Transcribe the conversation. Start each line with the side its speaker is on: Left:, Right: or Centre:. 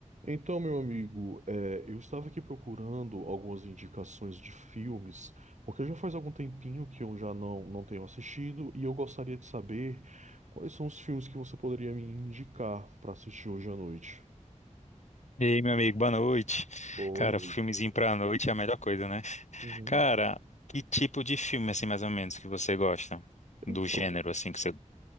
Right: Então, meu amigo, eh, eu estava aqui procurando algumas indicações de filmes, porque já faz algum tempinho que eu já não, não tenho assistido e eu gostaria de saber quais são os filmes que você poderia me indicar para assistir hoje à noite.
Left: E aí, meu amigo, boa noite.
Right: Boa
Left: Cara,
Right: noite.
Left: filmezinho pra noite é a melhor coisa, né?
Right: Uhum.
Left: Cara, que tipo de filme, assim, mais ou menos, que você gosta? Do
Right: Então,
Left: gênero, assim, que você.